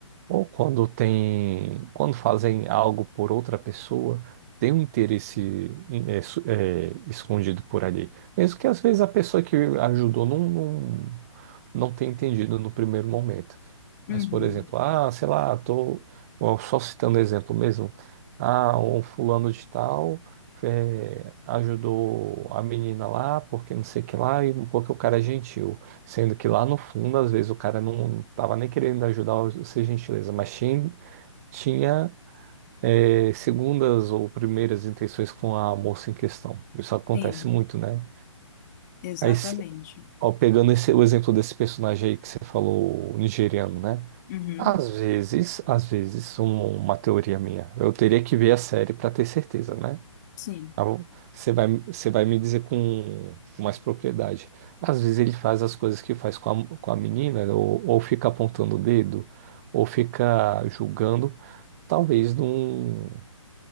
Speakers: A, on the right; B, on the left.
A: ou quando tem, quando fazem algo por outra pessoa, tem um interesse é, su- é, escondido por ali. Mesmo que às vezes a pessoa que ajudou não, não, não tenha entendido no primeiro momento.
B: uhum,
A: Mas, por exemplo, ah, sei lá, tô ó, só citando exemplo mesmo. Ah, um fulano de tal é, ajudou a menina lá porque não sei o que lá, e porque o cara é gentil. Sendo que lá no fundo, às vezes, o cara não tava nem querendo ajudar ou ser gentileza, mas tinha, tinha é, segundas ou primeiras intenções com a moça em questão. Isso acontece
B: sim,
A: muito, né?
B: exatamente.
A: Aí, se- ó, pegando esse, o exemplo desse personagem aí que você falou, o nigeriano, né?
B: Uhum,
A: Às vezes, às vezes, um- uma teoria minha. Eu teria que ver a série para ter certeza, né?
B: sim.
A: Tá bom? Você vai, você vai me dizer com, com mais propriedade. Às vezes ele faz as coisas que faz com a, com a menina, ou, ou fica apontando o dedo, ou fica julgando. Talvez num, um-